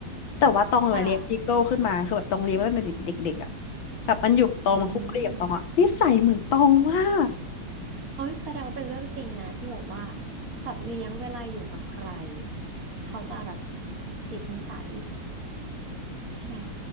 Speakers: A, on the left; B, on the right.
A: แต่ว่าตองมาเลี้ยงบีเกิลขึ้นมาคือแบบตองเลี้ยงมาตั้งแต่เด็กๆอ่ะ
B: ค่ะ
A: แบบมันอยู่กับตองมาคุกคีกับตองอ่ะนิสัยเหมือนตองมาก
B: อืมโอ้ยแสดงว่าเป็นเรื่องจริงนะที่แบบว่าสัตว์เลี้ยงเวลาอยู่กับใครเขาจะแบบติดนิสัยใช่ไหม